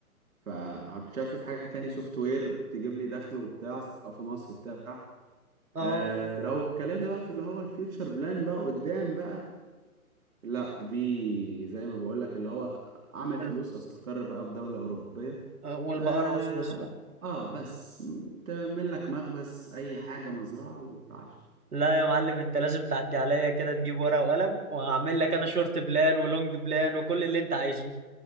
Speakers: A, on the right; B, on the right.
A: فهتشفت حاجه تاني سوفت وير تجيب لي دخل وبتاع سواء في مصر بتاع
B: اه
A: آه لو اتكلمنا بقى في اللي هو الفيوتشر بلان بقى قدام بقى لا دي زي ما بقول لك اللي هو اعمل
B: ال-
A: فلوس استقر بقى في دوله اوروبيه
B: آه، والبقرة
A: آه,
B: وسويسرا
A: آه بس م- تعمل لك مخبز أي حاجة مزرعة وتعش
B: لا يا معلم انت لازم تعدي عليا كده تجيب ورقة وقلم وهعمل لك انا شورت بلان ولونج بلان وكل اللي انت عايزه